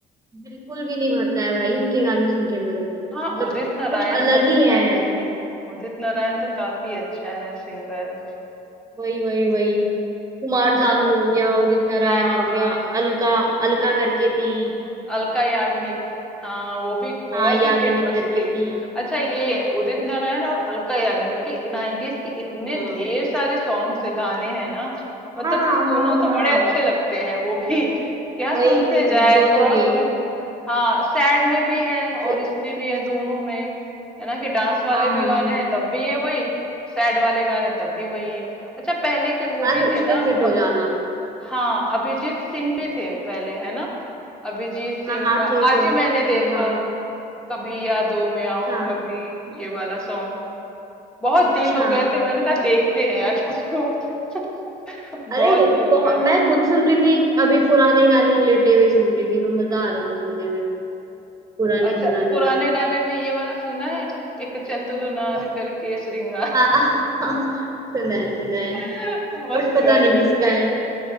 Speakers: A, on the right; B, in the centre.
A: बिल्कुल भी नहीं भरता है भाई इनके गाने सुन के मुझे
B: हाँ
A: मतलब
B: उदित नारायण
A: कुछ अलग
B: तो अच्छा
A: ही है
B: है भाई उदित नारायण तो काफी अच्छा है सिंगर
A: वही वही वही कुमार सानू
B: और का-
A: हो गया उदित नारायण
B: हाँ
A: हो गया
B: हाँ
A: अलका अलका करके थी
B: अलका याग्निक हाँ वो भी बहुत
A: हाँ याग्निक
B: ही फेमस
A: करके
B: थी
A: थी
B: अच्छा ये उदित नारायण और अलका याग्निक के 90s के इतने
A: हाँ
B: ढेर सारे सॉन्ग्स है गाने हैं ना मतलब
A: हाँ हाँ
B: सुनो
A: हाँ
B: तो बड़े अच्छे लगते हैं वो भी यहाँ
A: वही
B: सुनते जाए
A: दोनों
B: थोड़ा उसमें
A: के
B: हाँ सैड में भी है और
A: ज-
B: इसमें भी है दोनों में है ना कि डांस वाले
A: हाँ
B: भी
A: हाँ
B: गाने
A: हाँ
B: हैं तब भी है वही सैड वाले गाने तब भी वही है अच्छा पहले के वो
A: हर
B: भी
A: उसमें
B: थे ना
A: फिट हो
B: अब
A: जाना
B: हाँ अभिजीत सिंह भी थे पहले है ना अभिजीत सिंह
A: हाँ हाँ
B: का
A: थे
B: आज
A: थे
B: ही मैंने देखा
A: हाँ हाँ
B: वो कभी यादों में
A: अच्छा
B: आओ कभी ये वाला सॉन्ग बहुत
A: अच्छा
B: दिन हो गए थे मैंने कहा देखते हैं आज
A: वाह।
B: इसको <laughs> बहुत
A: अरे
B: दिन
A: बहुत
B: हो गए
A: मैं
B: थे
A: खुद सुन रही थी अभी पुराने गाने ही लेटे हुए सुन रही थी मैं मजा आ रहा था सुनने में पुराने
B: अच्छा
A: पुराने
B: पुराने
A: गाने
B: गाने में ये वाला सुना है एक चतुर नार
A: कौन
B: करके श्रृंगार
A: हाँ हाँ, सुना है सुना है
B: <laughs> मस्त
A: बट पता
B: गाने
A: नहीं किसका
B: होंगे
A: है